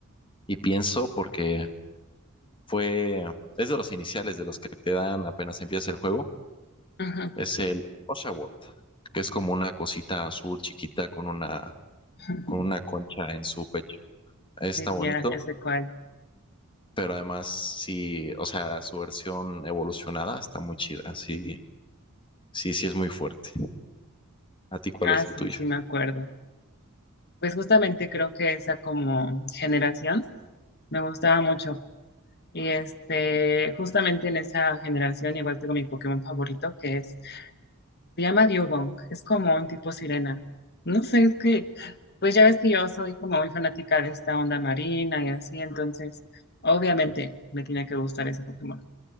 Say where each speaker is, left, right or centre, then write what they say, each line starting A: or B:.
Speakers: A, on the left; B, on the left.
A: y pienso porque fue, es de los iniciales de los que te dan apenas empiezas el juego,
B: Ujú.
A: es el Oshawott, que es como una cosita azul chiquita con una,
B: <laughs>
A: con una concha en su pecho. Está
B: Sí,
A: bonito,
B: ya, ya sé cuál.
A: pero además sí, o sea, su versión evolucionada está muy chida, sí, sí, sí es muy fuerte. ¿A ti cuál
B: Ah,
A: es
B: sí,
A: el tuyo?
B: sí me acuerdo. Pues justamente creo que esa como generación me gustaba mucho. Y este, justamente en esa generación igual tengo mi Pokémon favorito, que es Se llama Diogong, es como un tipo sirena. No sé, es que, pues ya ves que yo soy como muy fanática de esta onda marina y así, entonces, obviamente me tiene que gustar ese Pokémon.